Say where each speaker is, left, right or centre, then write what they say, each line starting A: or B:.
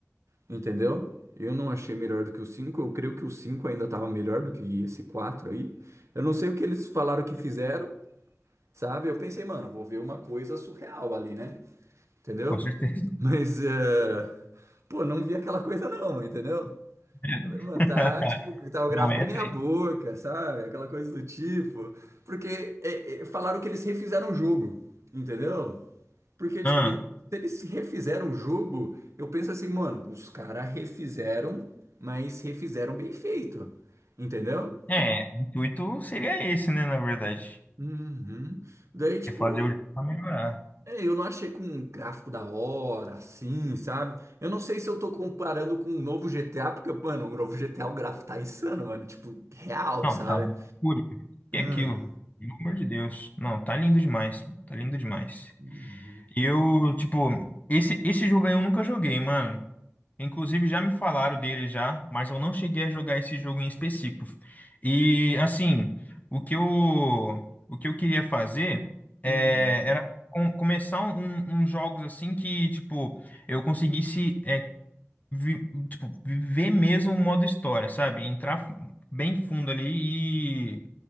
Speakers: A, on the right; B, on the left.
A: Entendeu? Eu não achei melhor do que o cinco, Eu creio que o 5 ainda estava melhor do que esse 4 aí. Eu não sei o que eles falaram que fizeram, sabe? Eu pensei, mano, vou ver uma coisa surreal ali, né? Entendeu?
B: Com certeza.
A: Mas, eh, pô, não vi aquela coisa não, entendeu?
B: <laughs>
A: Falei, mano, tá tipo, tá o gráfico
B: Não é
A: meia
B: triste.
A: boca, sabe? Aquela coisa do tipo. Porque eh, eh, falaram que eles refizeram o jogo, entendeu? Porque, tipo,
B: Ah,
A: se eles refizeram o jogo, eu penso assim, mano, os caras refizeram, mas refizeram bem feito. Entendeu?
B: é, o intuito seria esse, né, na verdade.
A: Uhum. Daí, tipo,
B: É fazer o jogo pra melhorar.
A: é, eu não achei com um gráfico da hora, assim, sabe? Eu não sei se eu tô comparando com o novo GTA, porque, mano, o novo GTA, o gráfico tá insano, mano. Tipo, real,
B: Não,
A: sabe?
B: tá uma loucura. cara. E
A: Uhum.
B: aquilo? Pelo amor de Deus. Não, tá lindo demais. Tá lindo demais.
A: Uhum.
B: Eu, tipo, esse, esse jogo aí eu nunca joguei, mano. Inclusive já me falaram dele já, mas eu não cheguei a jogar esse jogo em específico. E assim, o que eu, o que eu queria fazer é,
A: Uhum.
B: era com- começar um, um, uns jogos assim que, tipo, eu conseguisse é, vi- tipo, viver mesmo o modo história, sabe? Entrar f- bem fundo ali e,